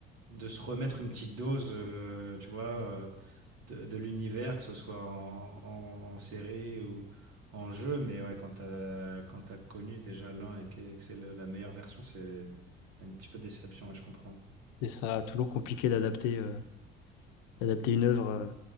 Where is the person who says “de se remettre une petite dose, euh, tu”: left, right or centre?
Right